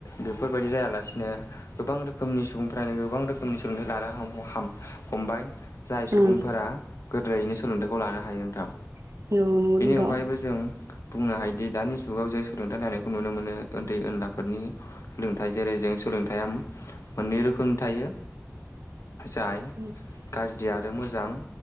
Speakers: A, on the left; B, on the right.
A: बेफोरबायदि जायालासिनो गोबां रोखोमनि सुबुंफ्रानो गोबां रोखोमनि सोलोंथाइ लानो हाम हमबाय जाय सुबुंफोरा
B: उम
A: गोदैनो सोलोंथाइखौ लानो हायो नोंथां।
B: औ नंगौ
A: बेनि
B: नोंथां
A: अनगायैबो जों। बुंनो हायोदि दानि जुगाव जों सोलोंथाइ लानायखौ नुनो मोनो ओन्दै ओनलाफोरनि सोलोंथाइ जेरै जों सोलोंथाइया मोननै रोखोमनि थायो जाय
B: <inaudible>
A: गाज्रि आरो मोजां